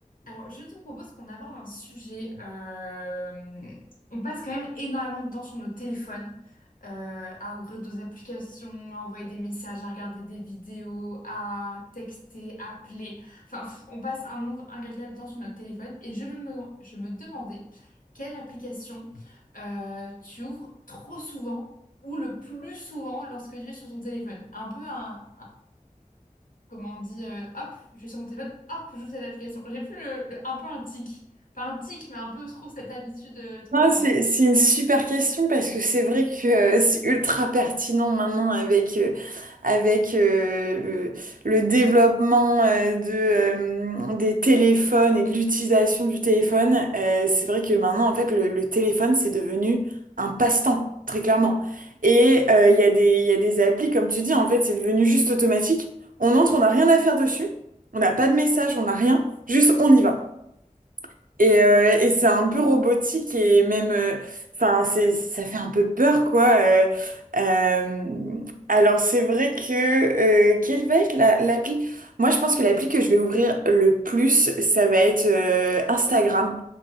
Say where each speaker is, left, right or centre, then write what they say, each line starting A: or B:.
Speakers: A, on the left; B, on the right.
A: Alors, je te propose qu'on aborde un sujet. euh, on passe quand même énormément de temps sur nos téléphones, euh, à ouvrir des applications, à envoyer des messages, à regarder des vidéos, à texter, appeler. Enfin, pff, on passe un nombre incalculable de temps sur notre téléphone. Et je me, je me demandais quelle application euh, tu ouvres trop souvent ou le plus souvent lorsque tu es sur ton téléphone. Un peu un, comment on dit, euh, hop, je suis sur mon téléphone, hop, j'ouvre cette application. J'ai plus le, le- un peu un tic. Pas un tic, mais un peu trop cette habitude euh, trop
B: Non,
A: simple.
B: c'est, c'est une super question parce que c'est vrai que euh, c'est ultra pertinent maintenant avec, euh, avec euh, le, le développement euh, de, euh, des téléphones et de l'utilisation du téléphone. Euh, c'est vrai que maintenant, en fait, le, le téléphone, c'est devenu un passe-temps, très clairement. Et euh, il y a des, il y a des applis, comme tu dis, en fait, c'est devenu juste automatique. On entre, on n'a rien à faire dessus, on n'a pas de message, on n'a rien, juste on y va. Et, euh, et c'est un peu robotique et même, euh, enfin, c'est, ça fait un peu peur, quoi. euh, euh, alors, c'est vrai que, euh, quelle va être la- l'appli? Moi, je pense que l'appli que je vais ouvrir le plus, ça va être euh, Instagram,